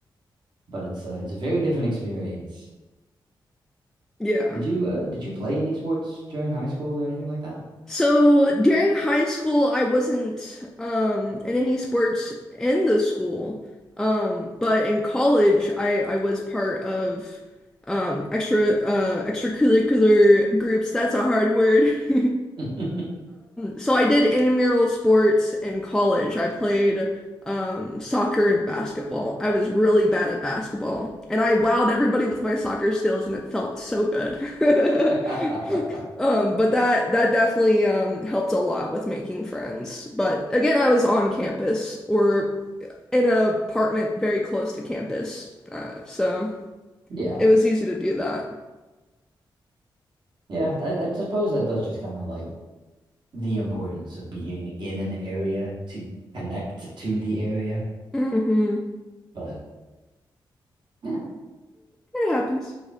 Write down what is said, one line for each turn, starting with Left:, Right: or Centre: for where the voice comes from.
Right: But it's a it's a very different experience.
Centre: Yeah.
Right: Did you uh did you play any sports during high school or anything like
Centre: So during high school, I wasn't um in any sports in the school. Um, but in college, I I was part of um extra uh extracurricular groups. That's a hard word. <laughs>
Right: that?
Centre: So I did intramural sports in college. I played um, soccer and basketball. I was really bad at basketball, and I wowed everybody with my soccer skills, and it felt so good. <laughs>
Right: <laughs>
Centre: Um, but that that definitely um, helped a lot with making friends. But again, I was on campus or in an apartment very close to campus, uh, so
Right: Yeah,
Centre: it was easy to do that.
Right: yeah. I, I suppose that does just kind of like the importance of being in an area to connect to the area.
Centre: hmm
Right: But eh,
Centre: It happens.